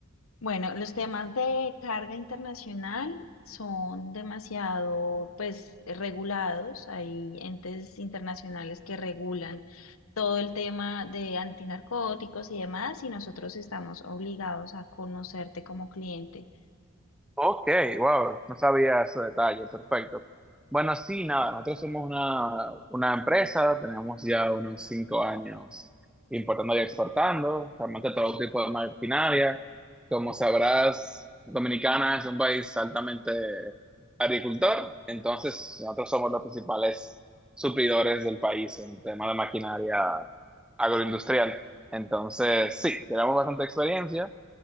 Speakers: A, on the left; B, in the centre.
A: Bueno, los temas de carga internacional son demasiado, pues, regulados. Hay entes internacionales que regulan todo el tema de antinarcóticos y demás, y nosotros estamos obligados a conocerte como cliente.
B: Ok, wow, no sabía ese detalle, perfecto. Bueno, sí, nada, nosotros somos una, una empresa, tenemos ya unos cinco años importando y exportando, realmente todo tipo de maquinaria. Como sabrás, Dominicana es un país altamente agricultor, entonces nosotros somos los principales suplidores del país en tema de maquinaria agroindustrial. Entonces, sí, tenemos bastante experiencia.